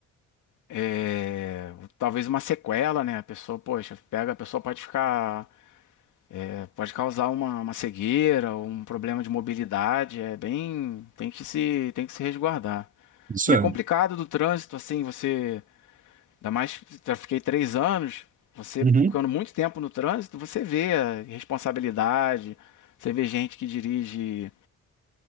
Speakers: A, on the left; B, on the right.
A: é, talvez uma sequela, né? A pessoa, poxa, pega, a pessoa pode ficar, é, pode causar uma, uma cegueira, ou um problema de mobilidade, é bem, tem que se, tem que se resguardar.
B: Isso
A: E é
B: é.
A: complicado do trânsito, assim, você, ainda mais, já fiquei três anos, você
B: Uhum.
A: ficando muito tempo no trânsito, você vê a responsabilidade, você vê gente que dirige